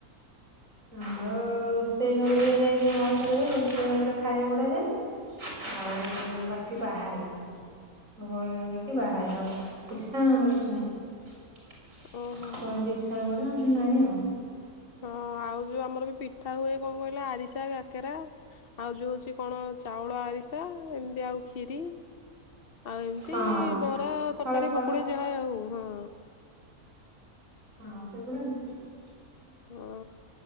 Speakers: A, on the right; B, on the left.
A: ଆମର ରୋଷେଇ ଘରେ ଦିଆଯାଏ, <unintelligible> ରୋଷେଇ ଘରେ ଗୋଟେ ଖାଇବା ବଢ଼ାଯାଏ। ଆଉ ବାକି ବାହାରେ। ଘରେ ରହିକି ବାହାରେ, ଆଉ ଇଷାଣ ଆମର କିଛି ନାହିଁ।
B: ଓହୋ।
A: କହନ୍ତି ଇଶାଣ ବୋଲି, ଆମର ନାହିଁ ଆଉ।
B: ହଁ ଆଉ ଯୋଉ ଆମର ବି ପିଠା ହୁଏ, କଣ କହିଲ? ଆରିସା, କାକେରା ଆଉ ଯୋଉ ହଉଛି କଣ ଚାଉଳ ଆରିସା, ଏମିତି ଆଉ ଖିରି ଆଉ ଏମିତି
A: ହଁ
B: ବରା,
A: ଫଳ
B: ତରକାରୀ,
A: ଫଳ
B: ପକୁଡି ଯାହା ଆଉ ହଁ।
A: ହଁ ସେଗୁଡା <unintelligible>
B: ହଁ